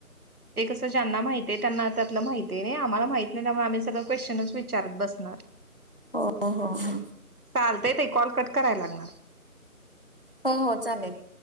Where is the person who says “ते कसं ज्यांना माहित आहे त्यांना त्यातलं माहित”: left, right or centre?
Right